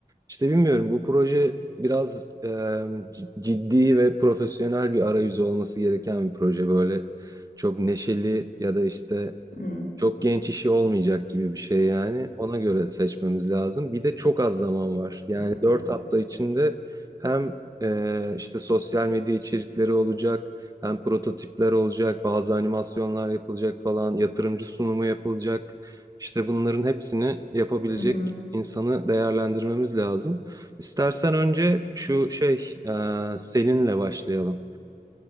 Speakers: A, on the right (about 25°); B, on the left (about 70°).
A: işte bilmiyorum bu proje biraz e, c- ciddi ve profesyonel bir arayüzü olması gereken bir proje. Böyle çok neşeli ya da işte
B: Hmm.
A: çok genç işi olmayacak gibi bir şey yani. Ona göre seçmemiz lazım. Bir de çok az zaman var. Yani
B: Hmm.
A: 4 hafta içinde hem e, işte sosyal medya içerikleri olacak. Hem prototipler olacak, bazı animasyonlar yapılacak falan, yatırımcı sunumu yapılacak. İşte bunların hepsini yapabilecek
B: Hı hı.
A: insanı değerlendirmemiz lazım. İstersen önce şu şey, e, Selin'le başlayalım.